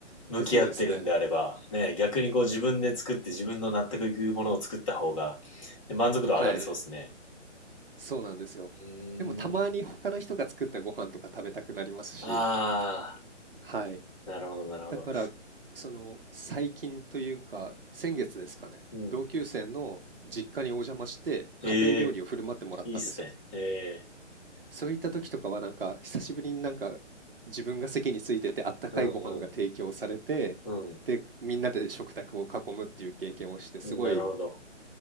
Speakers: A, on the left; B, on the right.
A: う、向き合ってるんであれば、
B: そうですね。
A: ね、逆にこう、自分で作って自分の納得いくものを作った方が、で満足度上がりそうですね。
B: はい。そうなんですよ。
A: うーん。
B: でもたまに他の人が作ったご飯とか食べたくなりますし、
A: あ
B: はい。
A: あ、なるほど、なるほど。
B: だから、その最近というか、先月ですかね、
A: うん。
B: 同級生の実家にお邪魔して家庭料理を振る舞ってもらったんですよ。
A: ええいいっすね。へえ。
B: そういった時とかはなんか久しぶりになんか自分が席についててあったかいご飯が提供されてでみんなで食卓を囲むっていう経験をしてすごい
A: うんうん。うん。なるほど。